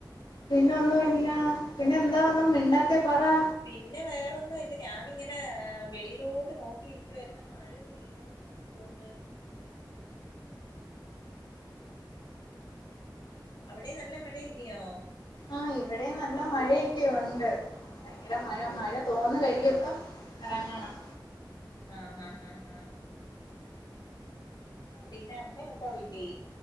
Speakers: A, on the left; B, on the left.
A: പിന്നെ ഒന്നുംയില്ല പിന്നെ എന്താ ഒന്നും മിണ്ടാത്തെ പറ-
B: പിന്നെ വേറൊന്നുംയില്ല ഞാനിങ്ങനെ വെളിയിലോട്ട് നോക്കിയിരിക്കുവായിരുന്നു മഴ പെയ്യുന്നത്- നോക്കിക്കോണ്ട് അവിടെം നല്ല മഴയില്ലിയോ
A: ആ ഇവിടെം നല്ല മഴയൊക്കെ ഒണ്ട് ഭയങ്കര
B: ആഹ്
A: മഴ മഴ- തോന്ന് കഴിയിമ്പം എറങ്ങണം
B: ആഹ് ആഹ് ആഹ് ആ പിന്നെ അമ്മയുണ്ടോ വീട്ടി-